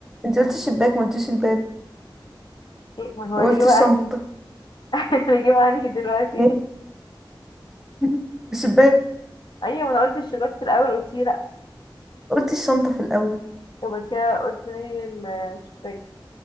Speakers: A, in the centre; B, on the left (about 60°).
A: انت قلت الشباك ما قلتيش الباب
B: ايه ما
A: وقلت
B: هو الإجابة
A: الشنطة
B: عندي <laughs> الإجابة عندي دلوقتي
A: ايه
B: <laughs>
A: <laughs> الشباك
B: ايوه ما انا قلت الشباك في الأول قلت لي لأ
A: قلت الشنطة في الأول
B: طب كده قلت لي الشباك